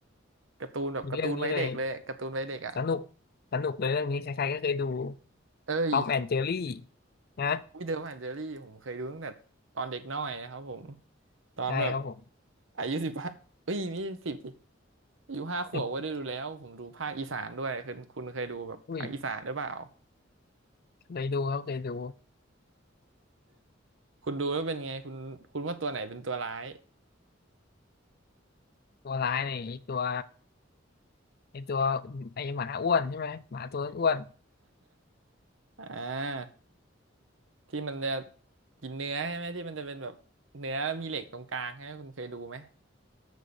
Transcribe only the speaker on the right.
การ์ตูนแบบการ์ตูนวัยเด็กเลยการ์ตูนวัยเด็กอ่ะ
เอ้ย
วิ้ยเดอร์แอนเจอรี่ผมเคยดูตั้งแต่ตอนเด็กน้อยนะครับผมตอนแบบ
อายุสิบห้าเอ้ยไม่ใช่สิบดิอายุห้าขวบก็ได้ดูแล้วผมดูภาคอีสานด้วยคุณคุณเคยดูแบบภาคอีสานหรือเปล่า
คุณดูแล้วเป็นไงคุณคุณว่าตัวไหนเป็นตัวร้าย
<laughs> อ่าที่มันจะกินเนื้อใช่ไหมที่มันจะเป็นแบบเนื้อมีเหล็กตรงกลางใช่ไหมคุณเคยดูไหม